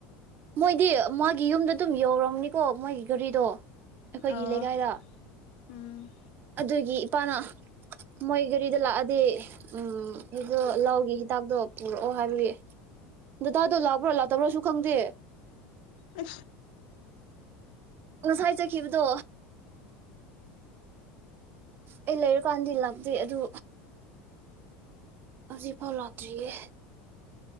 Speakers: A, on the right; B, on the left.
A: ꯃꯣꯏꯗꯤ ꯃꯥꯒꯤ ꯌꯨꯝꯗ ꯑꯗꯨꯝ ꯌꯧꯔꯝꯅꯤꯀꯣ ꯃꯣꯏꯒꯤ ꯒꯥꯔꯤꯗꯣ ꯑꯩꯈꯣꯏꯒꯤ
B: ꯑꯥ
A: ꯂꯩꯀꯥꯏꯗ
B: ꯎꯝ
A: ꯑꯗꯨꯒꯤ ꯏꯄꯥꯅ ꯃꯣꯏ ꯒꯥꯔꯤꯗ ꯂꯥꯛꯑꯗꯤ ꯎꯝ ꯑꯩꯗꯣ ꯂꯥꯎꯒꯦ ꯍꯤꯗꯥꯛꯇꯣ ꯄꯨꯔꯛꯑꯣ ꯍꯥꯏꯕꯒꯤ ꯗꯇꯥꯗꯣ ꯂꯥꯛꯄ꯭ꯔꯣ ꯂꯥꯛꯇꯕ꯭ꯔꯣꯁꯨ ꯈꯪꯗꯦ
B: ꯑ
A: ꯑꯣꯁꯥꯏꯖꯈꯤꯕꯗꯣ ꯑꯩ ꯂꯩꯔꯨꯀꯥꯟꯗꯤ ꯂꯥꯛꯗꯦ ꯑꯗꯨ ꯍꯧꯖꯤ ꯐꯥꯎ ꯂꯥꯛꯇ꯭ꯔꯤꯌꯦ